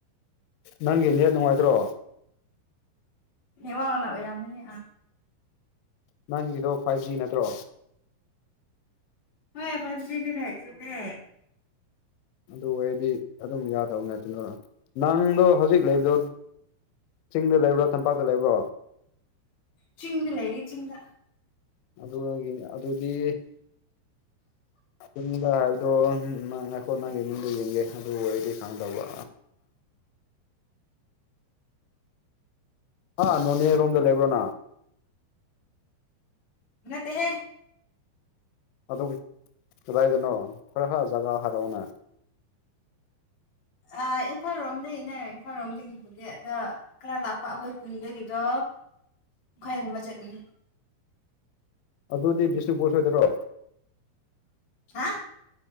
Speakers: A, on the left; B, on the left.
A: ꯅꯪꯒꯤ ꯅꯦꯠ ꯅꯨꯡꯉꯥꯏꯇ꯭ꯔꯣ
B: ꯏ ꯋꯥꯅ ꯑꯣꯏꯔꯝꯅꯤ
A: ꯅꯪꯒꯤꯗꯣ ꯐꯥꯏꯚ ꯖꯤ ꯅꯠꯇ꯭ꯔꯣ
B: ꯍꯣꯏ ꯐꯕꯤꯗꯤ ꯍꯥꯏꯥꯏꯁꯤꯅꯦ
A: ꯑꯗꯨ ꯑꯣꯏꯗꯤ ꯑꯗꯨꯝ ꯌꯥꯗꯕ ꯅꯠꯇꯅ ꯅꯪꯗꯣ ꯍꯧꯖꯤꯛ ꯂꯩꯕꯗꯣ ꯆꯤꯡꯗ ꯂꯩꯕ꯭ꯔꯣ ꯇꯝꯄꯥꯛꯇ ꯂꯩꯕ꯭ꯔꯣ
B: ꯆꯤꯡꯗ ꯂꯩꯔꯤ ꯆꯤꯡꯗ
A: ꯑꯗꯨꯒꯤꯅꯤ ꯑꯗꯨꯗꯤ ꯁꯨꯝ ꯂꯥ ꯍꯥꯏꯕꯗꯣ ꯅꯪ ꯑꯩꯈꯣꯏ ꯅꯪꯒꯤ ꯃꯤꯗ ꯌꯦꯡꯒꯦ ꯑꯗꯨꯕꯨ ꯑꯩꯗꯤ ꯈꯪꯗꯕ ꯍꯥ ꯅꯣꯅꯦ ꯔꯣꯝꯗ ꯂꯩꯕ꯭ꯔꯣꯅ
B: ꯃꯠꯇꯦ ꯍꯦ
A: ꯑꯗꯨ ꯀꯗꯥꯏꯗꯅꯣ ꯈꯔ ꯈꯔ ꯖꯒꯥ ꯍꯥꯏꯔꯛꯑꯣꯅ
B: ꯑ ꯏꯝꯐꯥꯜꯔꯣꯝꯗꯒꯤꯅꯦ ꯏꯝꯐꯥꯜ ꯂꯣꯝꯗꯒꯤꯕꯨꯗꯤ ꯑꯗ ꯈꯔ ꯂꯥꯛꯄ ꯑꯩꯈꯣꯏ ꯈꯨꯟꯗꯒꯤꯗꯣ ꯃꯈꯥꯏꯒꯨꯝꯕ ꯆꯠꯅꯤ
A: ꯑꯗꯨꯗꯤ ꯕꯤꯁꯅꯨꯄꯨꯔ ꯁꯣꯏꯗꯔꯣ
B: ꯍꯥ